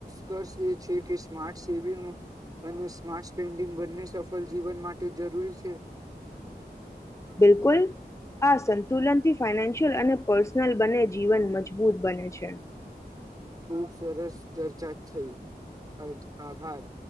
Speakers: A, on the right; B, on the left.
A: કર્સ એ છે કે સ્માર્ટ... સેવિંગ અને સ્માર્ટ... પેન્ડિંગ બંને સફળ જીવન માટે જરૂરી છે
B: બિલકુલ આ સંતુલનથી ફાઈનાન્શિયલ અને પર્સનલ બંને જીવન મજબૂત બને છે
A: ખુબ સરસ ચર્ચા થઈ અદ આભાર